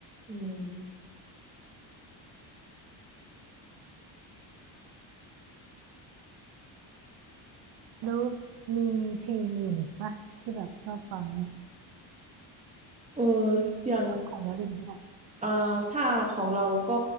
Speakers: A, on the right; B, on the right.
A: อืม
B: แล้วมีเพลงอื่นอีกปะที่แบบชอบฟังเนี่ย
A: เอออย่าง
B: ของวลินก็ได้
A: เอ่อถ้าของเราก็